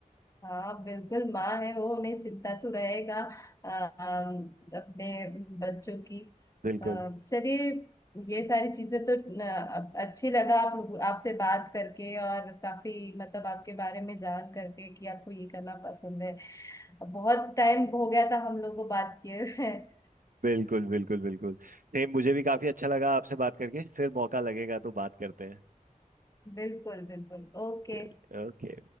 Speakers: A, on the left (about 25°); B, on the right (about 75°).
A: हाँ बिल्कुल माँ है वो उन्हें चिंता तो रहेगा अम, अपने बच्चों की
B: बिल्कुल
A: अम, चलिए ये सारी चीजें तो न, अच्छी लगा आप लोग आपसे बात करके और काफी मतलब आपके बारे में जान करके कि आपको ये करना पसंद है बहुत टाइम हो गया था हम लोग को बात किए हुए। <laughs>
B: बिल्कुल बिल्कुल बिल्कुल सेम मुझे भी काफी अच्छा लगा आपसे बात करके फिर मौका लगेगा तो बात करते हैं
A: बिल्कुल बिल्कुल ओके
B: चलिए ओके